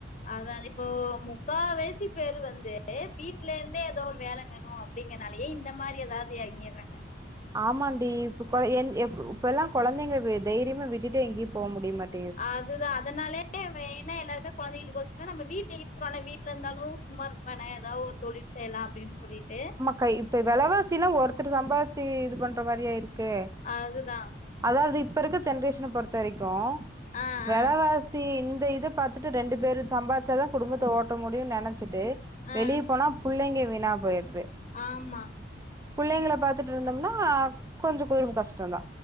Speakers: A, on the left; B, on the right.
A: அதா அது இப்போ முக்கா வாசி பேரு வந்து வீட்ல இருந்தே ஏதோ ஒரு வேல வரு அப்படிங்கறனாலயே இந்த மாரி எதாவது எறங்கிர்றாங்க
B: ஆமாண்டி இப் கொ எ இப்ப எல்லா கொழந்தைங்க தைரியமா விட்டுட்டு எங்கயு போக முடிய மாட்
A: ஆ அதுதா அதனாலே மெய்னா எல்லாருமே கொழந்தைகளுக்கொசர நம்ம வீட்ல இருக்கறோல வீட்ல இருந்தாலு சும்மா இரு க்க வேணா எதா ஒரு தொழில் செய்யலா அப்டின் சொல்லிட்டு
B: க இப்ப வெலைவாசில்லா ஒருத்தர் சம்பாதிச்சு இது பண்ற மாரியா இருக்கு
A: அதுதா
B: அதாவது இப்ப இருக்க ஜென்ரேஷன பொறுத்த வரைக்கு
A: ஆ
B: வெலவாசி
A: ஆ
B: இந்த இது பாத்துட்டு ரெண்டு பேரு சம்பாதிச்சாதா குடும்பத்த ஓட்ட முடியுன் நெனைச்சிட்டு
A: ஆ
B: வெளிய போனா புள்ளைங்க வீணா போயிடுது
A: ஆமா
B: புள்ளைங்கள பாத்துட்டு இருந்தம்னா கொஞ்ச குடும்ப கஷ்டந்தா